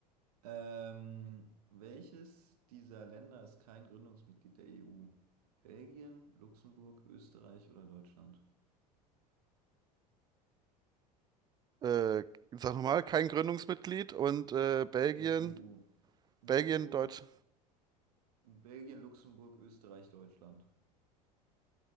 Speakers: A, on the right; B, on the right.
A: Ähm, welches dieser Länder ist kein Gründungsmitglied der EU? Belgien, Luxemburg, Österreich oder Deutschland?
B: äh, sag nochmal, kein Gründungsmitglied und äh, Belgien,
A: Der EU. Luxemburg,
B: Belgien, Deutsch,
A: Belgien, Luxemburg, Österreich, Deutschland.